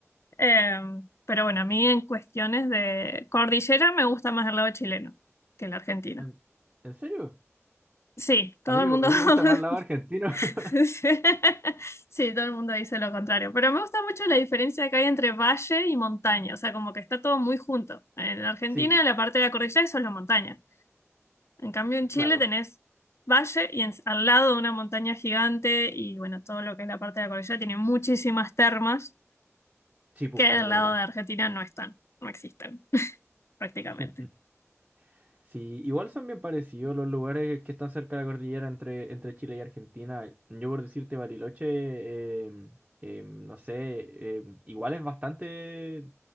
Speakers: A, on the left; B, on the right.
A: Em, pero bueno, a mí en cuestiones de cordillera me gusta más el lado chileno que el argentino.
B: <laughs> ¿En, en serio?
A: Sí, todo
B: A mí,
A: el
B: a
A: mundo
B: mí
A: <laughs>
B: me gusta más el lado argentino. <laughs>
A: <laughs> Sí, todo el mundo dice lo contrario, pero me gusta mucho la diferencia que hay entre valle y montaña, o sea, como que está todo muy junto. En Argentina,
B: Sí,
A: la parte de la cordillera es solo montaña. En cambio, en Chile
B: claro.
A: tenés valle y en- al lado de una montaña gigante y bueno, todo lo que es la parte de la cordillera tiene muchísimas termas
B: Sí, pu,
A: que del
B: es verdad.
A: lado de Argentina no están, no existen prácticamente.
B: <laughs> Sí, igual son bien parecidos los lugares que están cerca de la cordillera entre, entre Chile y Argentina. Yo por decirte Bariloche, em, em, no sé, em, igual es bastante